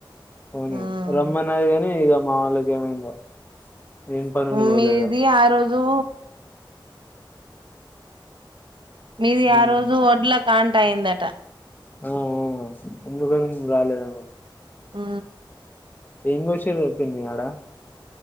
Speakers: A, on the left; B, on the right.
A: అవును
B: ఉమ్
A: రమ్నన్నది ఇగ మావోళ్ళకి ఏమైందో ఏం పనుండి పోలేదా
B: మీది ఆ రోజు మీది
A: ఉమ్.
B: ఆ రోజు వడ్ల కాంట అయ్యిందట.
A: ఆ ఆ అందుకని రాలేదేమో
B: ఆ
A: ఇంగో విషయం చెప్పింది. ఆడ